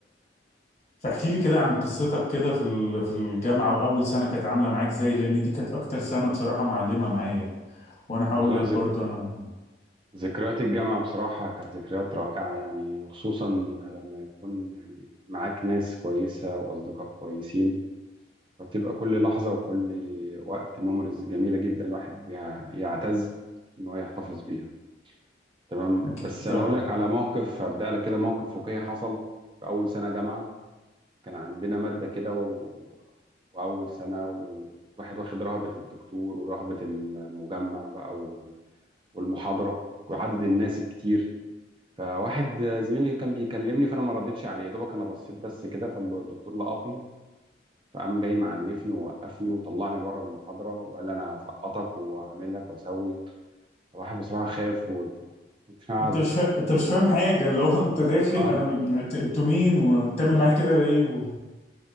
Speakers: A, on the left (about 35°); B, on the right (about 30°).
A: فاحكي لي كده عن قصتك كده في ال- في الجامعة وأول سنة كانت عاملة معاك ازاي لأن دي كانت أكتر سنة بصراحة معلمة معايا وأنا هقول
B: والله
A: لك
B: ذك...
A: برضو أنا
B: ذكريات الجامعة بصراحة كانت ذكريات رائعة يعني وخصوصا لما يكون يعني معاك ناس كويسة وأصدقاء كويسين فبتبقى كل لحظة وكل وقت ميموريز جميلة جدا الواحد بيع- يعتز إن هو يحتفظ بيها تمام
A: أكيد
B: بس
A: طبعا
B: أنا أقول لك على موقف أبدأ لك كده موقف واقعي حصل في أول سنة جامعة كان عندنا مادة كده و... وأول سنة والواحد واخد رهبة الدكتور ورهبة المجمع بقى وال... والمحاضرة وعدد الناس الكتير فواحد زميلي كان بيكلمني فانا ما ردتش عليه يا دوبك انا بصيت بس كده فالدكتور لقطني فقام جاي معنفني ووقفني وطلعني بره المحاضره وقال لي انا هسقطك وهعمل لك واسوي فالواحد بصراحه خاف وت- وتعب
A: أنت مش فا... أنت مش فاهم حاجة لو <laughs> أنت داخل
B: اه
A: أنا م- أنت- أنتوا مين وبتعمل معايا كده ليه و...